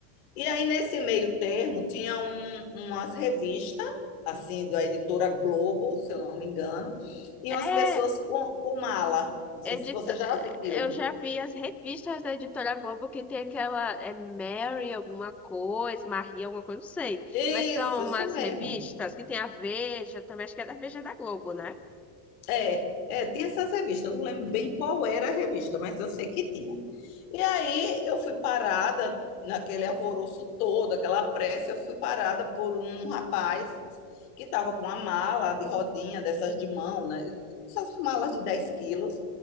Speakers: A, on the left; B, in the centre.
A: E aí, nesse meio termo, tinha um, umas revistas, assim, da editora Globo, se eu não me engano, e
B: É,
A: umas pessoas com, com mala. Não sei
B: Edito...
A: se você já viu.
B: Eu já vi as revistas da Editora Globo que tem aquela é Mary alguma coisa, Maria alguma coisa, não sei.
A: Isso,
B: Mas são
A: isso
B: umas
A: mesmo.
B: revistas que tem a Veja, também acho que é da Veja da Globo, né?
A: É, é, tinha essas revistas, eu não lembro bem qual era a revista, mas eu sei que tinha. E aí eu fui parada naquele alvoroço todo, aquela pressa, eu fui parada por um rapaz que estava com uma mala de rodinha, dessas de mão, né? Essas malas de 10 quilos.